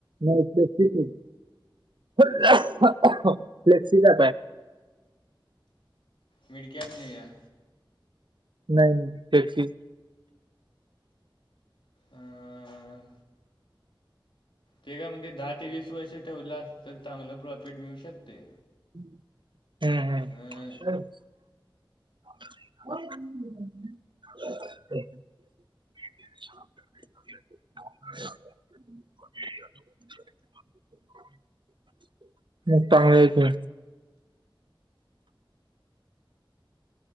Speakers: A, on the right (about 65°); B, on the left (about 75°).
A: नाही फ्क् फ्लेक्सिका.
B: मिड कॅप नाही आहे?
A: नाही नाही त्याची.
B: अं, ते कामध्ये दहा ते वीस वर्ष ठेवलं अस तर चांगला प्रॉफिट मिळू शकते.
A: हम्म हम्म.
B: अं,
A: ह <unintelligible> <unintelligible> <inaudible> असलकुम.